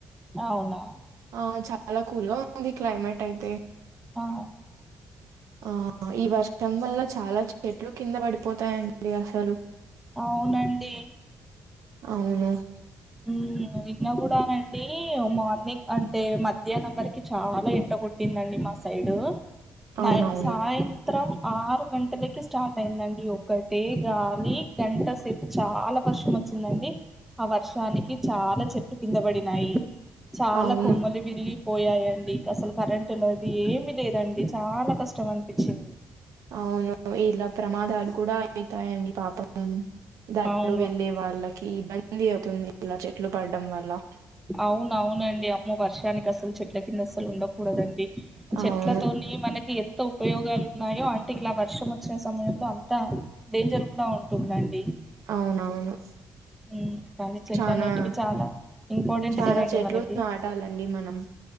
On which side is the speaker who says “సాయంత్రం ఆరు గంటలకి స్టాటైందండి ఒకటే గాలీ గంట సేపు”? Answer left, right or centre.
Centre